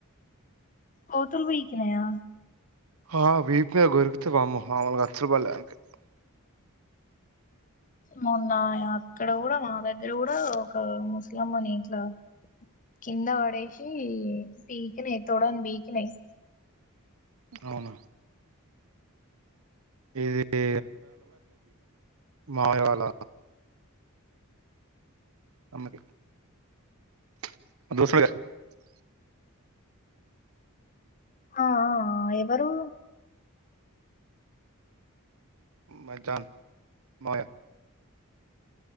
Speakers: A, on the left (about 35°); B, on the right (about 75°).
A: కోతులు బీకినయా
B: ఆ వీప్ మీద గొరికితే వామ్మో మామూలుగా అచ్చలు పడ్లే ఆనికి
A: మొన్న అక్కడ గుడా మా దగ్గర గుడా ఒక ముస్లమ్మని ఇట్లా కింద పడేసి బీకినయి తొడని బీకినయి
B: అవునా ఇది <unintelligible> మాయవల్ల అమ్మకి <unintelligible>
A: హహ ఎవరు?
B: మ జన్ మ